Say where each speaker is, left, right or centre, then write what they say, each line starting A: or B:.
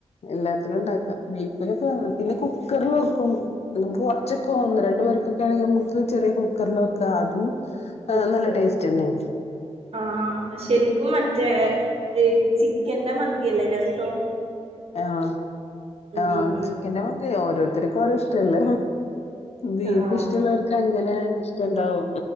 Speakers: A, on the left (about 65°); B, on the right (about 60°).
A: എല്ലാത്തിലും ഉണ്ടാക്കാം. ബീഫിലൊക്കെ പിന്നെ കുക്കറിൽ വെക്കും നമുക്ക് കൊറച്ചോക്കെ ഒന്ന് രണ്ടു പേർക്കൊക്കെ ആണെങ്കി നമ്മക്ക് <unintelligible> ചെറിയ കുക്കറിലൊക്കെ അതും
B: കുക്ക്
A: നല്ല ടേസ്റ്റ് തന്നെ.
B: ആഹ് ശരിക്കും മറ്റേ ഈ ചി എന്താ മന്തിയല്ലേ രസോ
A: ആഹ്
B: ഉം
A: ആഹ് ചിക്കന്റെ <unintelligible> ഓരോരുത്തർക്ക് ഓരോ ഇഷ്ടല്ലേ ബീഫ്
B: ആഹ്
A: ഇഷ്ടമുള്ളവർക്ക് അങ്ങനെ. ഇഷ്ടം ഇണ്ടാവും